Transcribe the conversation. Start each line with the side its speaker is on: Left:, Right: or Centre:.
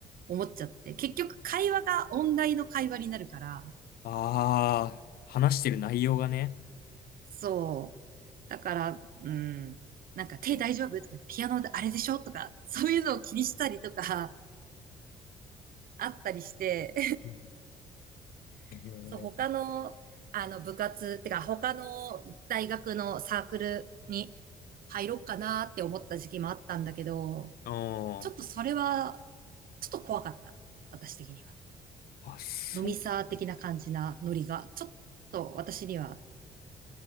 Right: 思っちゃって。結局、会話が音大の会話になるから、
Left: ああ、話してる内容がね。
Right: そう。だから、うん。なんか手大丈夫とか、ピアノであれでしょとか、そういうのを気にしたりとか、あったりして、
Left: うん
Right: <laughs>
Left: へ
Right: そう、他の、
Left: え。
Right: あの、部活、てか、他の大学のサークルに入ろうかなって思った時期もあったんだけど、
Left: う
Right: ちょっとそれは、
Left: ん。
Right: ちょっと怖かった。私的には。
Left: あ、そう、
Right: 飲みサー的な感じなノリが、ちょっと私には